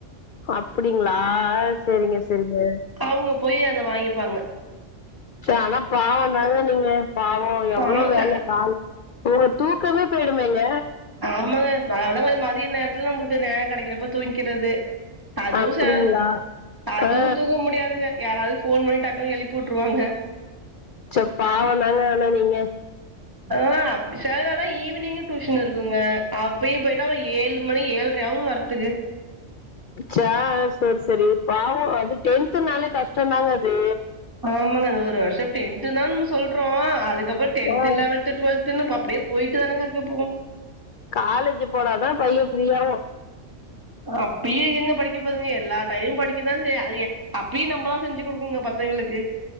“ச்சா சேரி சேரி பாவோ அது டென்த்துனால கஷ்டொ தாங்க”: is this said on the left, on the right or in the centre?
Left